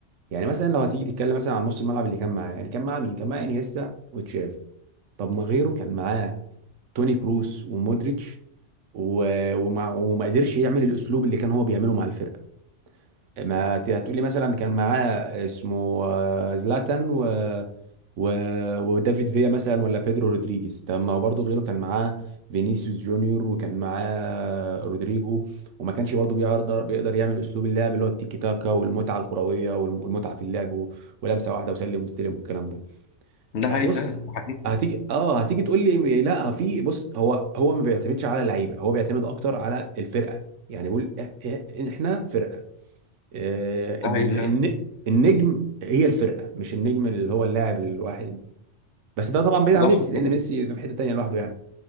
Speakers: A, on the right; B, on the left.
A: يعني مثلا لو هتيجي تتكلم مثلا عن نص الملعب اللي كان معاه يعني كان معاه مين كان معاه انيستا وتشافي طب ما غيره كان معاه توني كروس ومودريتش و- وما وما قدرش يعمل الاسلوب اللي كان هو بيعمله مع الفرقه ما ت- هتقولي مثلا كان معاه اسمه آه، زلاتان و... و... ودافيد فيا مثلا ولا بيدرو رودريجيز طب ما هو برضه غيره كان معاه فينيسيوس جونيور وكان معاه رودريجو وما كانش برضه بيقدر بيقدر يعمل اسلوب اللعب اللي هو التيكي تاكا والمتعه الكرويه والمتعه في اللعب و- ولمسه واحده وسلم واستلم والكلام ده
B: ده حقيقي
A: بص
B: فعلا ده حقيقي
A: هتيجي اه هتيجي تقول لي لا في بص هو هو ما بيعتمدش على اللعيبه هو بيعتمد اكتر على الفرقه يعني بيقول إ- إ- احنا فرقه آه،
B: ده
A: ال-
B: حقيقي فعلا
A: الن- النجم هي الفرقه مش النجم اللي هو اللاعب الواحد بس ده طبعا بعيد
B: وده
A: عن ميسي
B: حصل
A: لان ميسي في حته تانيه لوحده يعني